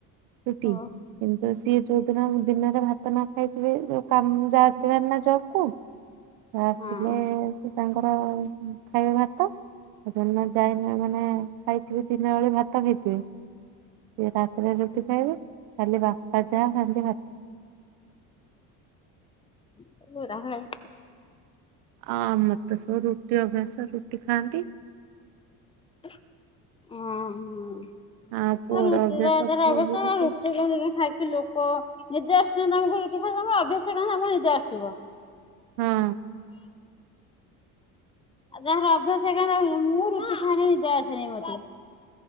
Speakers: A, on the right; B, on the left.
A: ରୁଟି
B: ଓହୋ
A: ତ ସିଏ ଯୋଉଦିନ ଦିନରେ ଭାତ ନ ଖାଇଥିବେ ଯୋଉ କାମ ଯାଇଥିବେ ନା ଜବ୍ କୁ। ଆସିଲେ
B: ହଁ
A: ସେ ତାଙ୍କର ଖାଇବେ ଭାତ। ଯୋଉଦିନ ଯାଇନ ମାନେ ଖାଇଥିବେ ଦିନ ବେଳେ ଭାତ ଖାଇଥିବେ। ସେ ରାତିରେ ରୁଟି ଖାଇବେ, ଖାଲି ବାପା ଯାହା ଖାଆନ୍ତି ଭାତ।
B: <unintelligible>
A: ଆ ଆମର ତ ସବୁ ରୁଟି ଅଭ୍ୟାସ ରୁଟି ଖାଆନ୍ତି।
B: ହଁ ଉଁ <unintelligible> ନିଦ
A: ଆଉ ପୁଅର
B: ଆସୁ
A: ଅଭ୍ୟାସ
B: ନା
A: ପୁଅ ବି ରୁଟି
B: ତମକୁ ରୁଟି ଖାଇବା ଅଭ୍ୟାସ ତମକୁ ନିଦ ଆସୁଥିବ।
A: ହଁ
B: ଆଉ ଯାହାର ଅଭ୍ୟାସ ନାହିଁ ମୁଁ ରୁଟି ଖାଇଲେ ନିଦ ଆସେନି ମୋତେ।